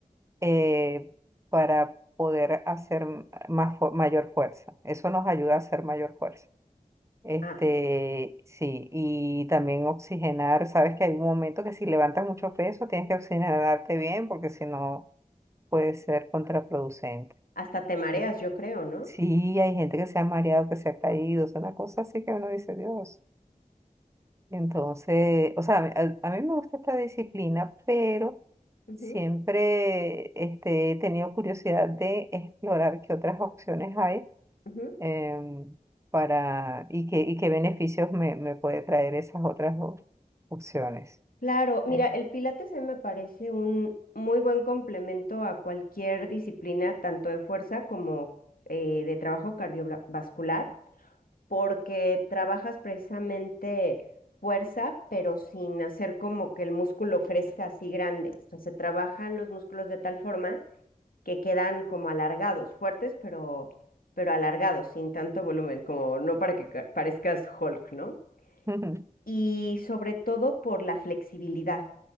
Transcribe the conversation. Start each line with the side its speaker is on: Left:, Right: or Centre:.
Right: eh, para poder hacer m- más, fu- mayor fuerza. Eso nos ayuda a hacer mayor fuerza. Este,
Left: Ah,
Right: sí, y también oxigenar. Sabes que hay un momento que si levantas mucho peso, tienes que oxigenarte bien porque si no... puede ser contraproducente.
Left: hasta te mareas,
Right: Eh,
Left: yo creo, ¿no?
Right: Sí, hay gente que se ha mareado, que se ha caído, es una cosa así que uno dice, Dios. Entonces, o sea, a, a mí me gusta esta disciplina, pero
Left: Ujú,
Right: siempre este, he tenido curiosidad de explorar qué otras opciones hay
Left: ujú.
Right: em, para, y, qué, y qué beneficios me, me puede traer esas otras op- opciones.
Left: Claro, mira,
Right: eh.
Left: el Pilates a mí me parece un muy buen complemento a cualquier disciplina, tanto de fuerza como eh, de trabajo cardiovascular. porque trabajas precisamente fuerza, pero sin hacer como que el músculo crezca así grande. O sea, se trabajan los músculos de tal forma que quedan como alargados, fuertes, pero, pero alargados, sin tanto volumen, como no para que ca- parezcas Hulk, ¿no?
Right: <laughs>
Left: Y sobre todo por la flexibilidad,